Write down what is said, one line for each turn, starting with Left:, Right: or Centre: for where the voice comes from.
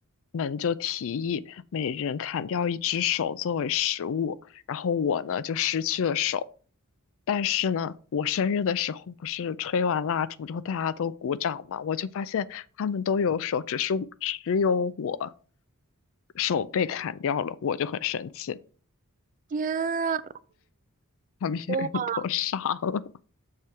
Left: 们就提议每人砍掉一只手作为食物，然后我呢就失去了手。但是呢，我生日的时候不是吹完蜡烛之后大家都鼓掌嘛，我就发现他们都有手，只是我只有我手被砍掉了，我就很生气。
Right: 天啊！
Left: <laughs> 把别人都杀了。
Right: 哇，